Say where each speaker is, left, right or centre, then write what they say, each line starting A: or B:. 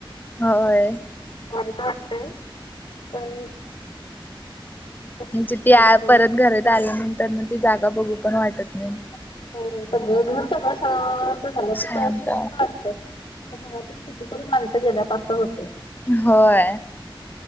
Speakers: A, on the left (about 20°); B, on the left (about 60°).
A: होय
B: वाईट वाटतय पण कसं
A: म्हणजे
B: सगळेजण
A: ती आ
B: जाऊन
A: परत घरात आल्यानंतर म ती जागा बघू पण वाटत नाही.
B: होय सगळं घर सगळं शांत झालं अस
A: शांत
B: सुन्न वाटतय आता घरातून कितीतरी माणसं गेल्यात अस होतय.
A: होय,